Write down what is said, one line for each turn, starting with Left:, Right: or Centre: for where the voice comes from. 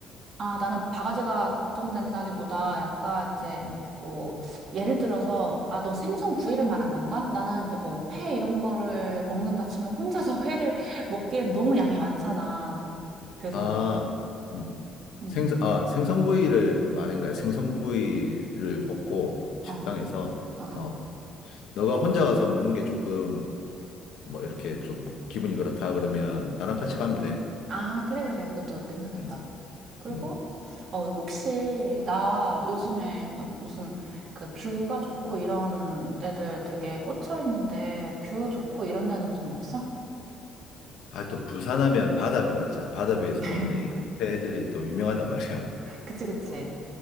Right: 아, 나는 바가지가 걱정된다기보다 약간 이제
Left: 음.
Right: 뭐 예를 들어서 아, 너 생선 구이를 말한 건가? 나는 이제 뭐 회 이런 거를 먹는다 치면 혼자서 회를 <laughs> 먹기엔 너무 양이 많잖아. 그래서
Left: 아, 음.
Right: 음.
Left: 생선, 아, 생선구이를 말인 거야. 생선구이를 먹고 식당에서.
Right: 어, 어, 어.
Left: 어, 너가 혼자 가서 먹는 게 조금 뭐 이렇게 좀 기분이 그렇다 그러면 나랑 같이
Right: 음.
Left: 가면 돼.
Right: 아, 그래, 그래. 그것도 괜찮겠다.
Left: 음,
Right: 그리고,
Left: 음.
Right: 어, 혹시, 나 요즘에 막 무슨 그 뷰가 좋고 이런 데들 되게 꽂혀 있는데, 뷰 좋고 이런 데는 좀 없어?
Left: 아, 또 부산하면 바다뷰가 있잖아. 바다뷰에서
Right: <laughs>
Left: 보는 이 카페 애들이 또 유명하단 말이야.
Right: 그치, 그치.
Left: 어.